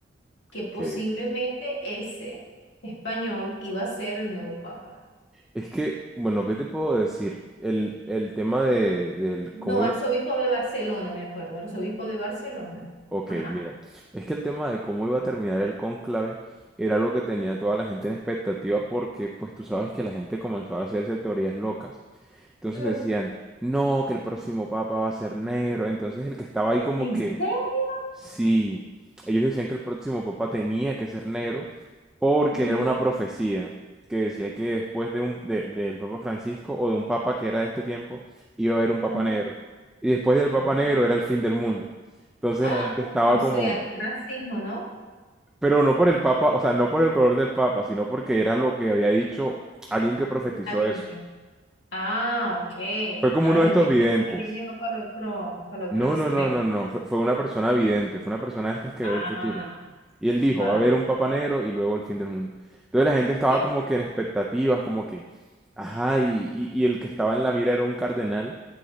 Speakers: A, on the left (about 70°); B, in the centre.
A: que posiblemente
B: Ok.
A: ese español iba a ser el nuevo papa.
B: Es que, bueno, ¿qué te puedo decir? El, el tema de, del
A: No,
B: cómo
A: arzobispo de Barcelona, me acuerdo, arzobispo de Barcelona.
B: Ok,
A: Ajá.
B: mira, es que el tema de cómo iba a terminar el cónclave era lo que tenía toda la gente en expectativa porque pues tú sabes que la gente comenzó a hacerse teorías locas. Entonces
A: Ujú.
B: decían, no, que el próximo papa va a ser negro. Entonces el que estaba ahí como
A: ¿En
B: que
A: serio?
B: Sí, ellos decían que el próximo papa tenía que ser negro porque
A: Ujú,
B: era una profecía que decía que después de un, de- del papa Francisco o de un papa que era de este tiempo iba a haber un papa
A: ajá.
B: negro. Y después del papa
A: Ah.
B: negro era el fin del mundo. Entonces
A: <gasps> ¡Ah!
B: la gente estaba
A: O
B: como,
A: sea, qué racismo, ¿no?
B: pero no por el papa, o sea, no por el color del papa, sino porque era lo que había dicho alguien que profetizó
A: Está bien,
B: eso.
A: Ah, ok.
B: Fue como
A: Ah,
B: uno de
A: yo
B: estos
A: pensaba
B: videntes.
A: que la había llevado para otro, para el
B: No,
A: otro extremo.
B: no, no, no, no. Fue, fue una persona vidente, fue una persona de estas que
A: Ah,
B: ve el futuro. Y él dijo,
A: vale.
B: va a haber un papa negro y luego el fin del mundo. Entonces la gente estaba
A: <gasps>
B: como que en expectativas, como que, ajá, y, y- y el que estaba en la mira era un cardenal,